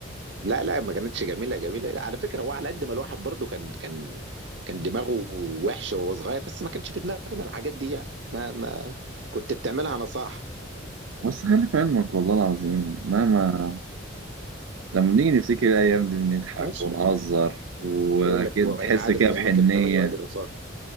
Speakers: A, on the right; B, on the right.
A: لا لا ما كانتش جميله جميله لا على فكره هو على قد ما الواحد برضو كان كان كان دماغه وحشه وهو صغير بس ما كانش في دماغنا الحاجات دي يعني ما ما كنت بتعملها نصاحه
B: بص خلي في علمك والله العظيم مهما لما بنيجي نفتكر الأيام دي بنضحك
A: ماشي
B: ونهزر
A: يعني.
B: وأكيد
A: يقول لك وإن
B: تحس
A: عادت
B: كده
A: الأماكن
B: بحنية
A: فمن يعيد الرفاق